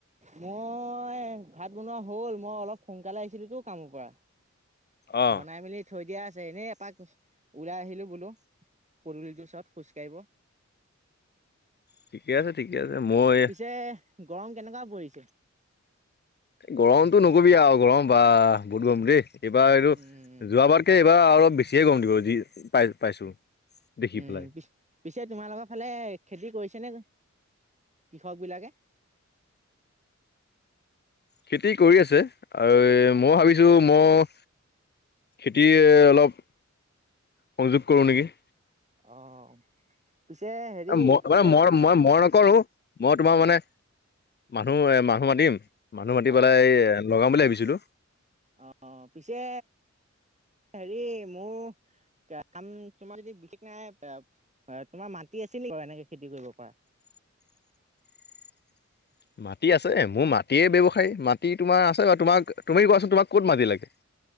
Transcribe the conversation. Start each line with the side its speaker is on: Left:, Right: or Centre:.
Right: মই মই ভাত বনোৱা হ'ল মই অলপ সোনকালে আহিছিলো তো কামৰ পৰা
Left: অ
Right: বনাই মেলি থৈ দিয়া আছে এনেই এপাক উহ ওলাই আহিলো বোলো পদূলিটো ওচৰ ত খোজকাঢ়িব।
Left: ঠিকে আছে ঠিকে আছে মই
Right: পিছে গৰম কেনেকুৱা পৰিছে?
Left: গৰমতটো নকবি আও গৰম বা বহুত গৰম দেই এইবাৰ এইটো
Right: উম,
Left: যোৱা বাৰতকে কিবা অলপ বেছিয়ে গৰম দিব যি পাই পাইছো। দেখি
Right: উম
Left: পেলাই
Right: পি পিছে তোমাৰ লগৰ ফালে খেতি কৰিছেনে? কৃষক বিলাকে
Left: খেতি কৰি আছে আৰৱে
Right: অ',
Left: মই ভাবিছো ম- খেতি অলপ সংযোগ কৰোঁ নেকি।
Right: অ' পিছে হেৰি
Left: মই
Right: খেতিয়ক
Left: মানে মই মই মই নকৰো মই তোমাৰ
Right: উম,
Left: মানে, মানুহ এ মানুহ মাতিম, মানুহ মাতি
Right: অ',
Left: পেলাই এই লগাম বুলি ভাবিছিলো।
Right: অ পিছে হেৰি মোৰ কাম তোমাৰ যদি বিশেষ নাই তোমাৰ মাটি আছে নে বাৰু এনেকে খেতি কৰিব পৰা
Left: <inaudible> মাটি আছে মোৰ মাটিয়ে ব্যৱসায়ী, মাটি তোমাৰ আছে বা তোমাক তুমি কোৱাচোন তোমাক ক'ত মাটি লাগে?